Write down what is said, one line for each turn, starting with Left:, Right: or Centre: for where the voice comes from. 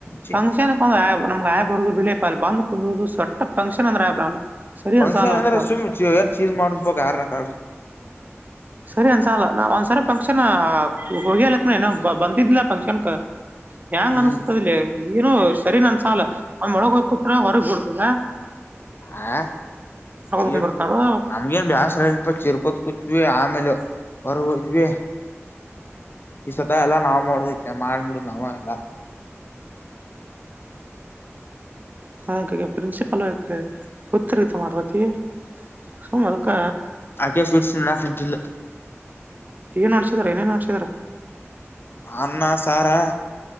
Left: ಚಿ
Right: ಫಂಕ್ಷನ್ ಒ ನಮ್ಗೆ ಆಯ ಬರುದುಳ ಅಲ್ಲಿ ಬಂದ್ ಕುಡುದು ಸೊಟ್ಟ ಫಂಕ್ಷನ್ ಅಂದ್ರೆ ಅಬ್ರ ಅ ಸರಿ
Left: ಫಂಕ್ಷನ್
Right: ಅಂದಸಲ್ ಹೊಟ್ಟ
Left: ಅಂದ್ರೆ ಸುಮ್ ಏನ್ ಚೀಜ್ ಮಾಡ್ ಬಕ್ ಯಾರ ಆಗ್
Right: ಸರಿ ಅನ್ಸಲ್ ಒಂದಸಲಿ ನಾವ ಒಂದ್ಸರಿ ಫಂಕ್ಷನ್ ಹೋಗಿಲತ್ ಏನ ಬಂದಿದ್ದಿಲ್ಲ ಫಂಕ್ಷನಕ ಹೆಂಗ್
Left: ಹ್ಮ್
Right: ಅನ್ಸತದಲ ಏನು ಸರಿ ನ್ ಅನ್ಸಾಲ ನ ಮೊಳಗ ಹೋಗ ಕುತ್ರ ಹೊರಗ ಬಿಡುದಿಲ್ಲಾ
Left: ಹ ಚೀರ್
Right: ಕುಂದಿರ್ತಾರೋ
Left: ನಮ್ಗೇನ್ ಬ್ಯಾಸರ ಇಲ್ಪ ಚೀರಕೊತ್ ಕುತ್ವಿ ಆ ಆಮೇಲೆ ಹೊರಗ ಹೋದವಿ ಈ ಸತ ಎಲ್ಲಾ ನಾವ್ ಮಾಡೋಡುದ ಐತಿ ಮಾಡ್ಬಿಡ್ ನಾವ ಎಲ್ಲಾ
Right: ಅದಕ್ಕೆ ಪ್ರಿನ್ಸಿಪಲ್ ಉತ್ತರಗಿತ ಮಾಡತೈತಿ ಸುಮ ಅದಕ್
Left: ಆಕೇಶ ಸ್ವೀಟ್ಸ್ ನಾಸಿಕಿಲ್ಲ
Right: ಏನ್ ನಡ್ಸಿದ್ದರ ಏನೇನ್ ನಡ್ಸಿದ್ದರ್
Left: ಅನ್ನ ಸಾರಾ